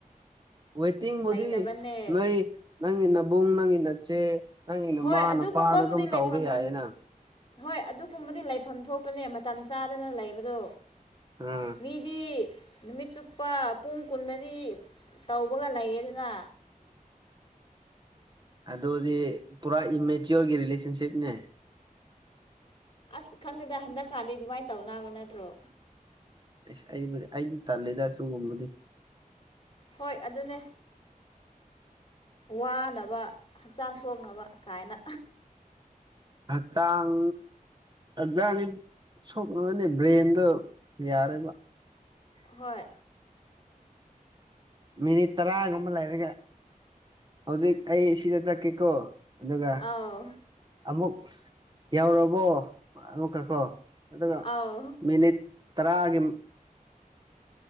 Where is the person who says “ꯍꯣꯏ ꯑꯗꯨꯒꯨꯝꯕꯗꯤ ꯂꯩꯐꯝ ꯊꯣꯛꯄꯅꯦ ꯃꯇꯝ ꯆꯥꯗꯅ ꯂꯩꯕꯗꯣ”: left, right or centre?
Left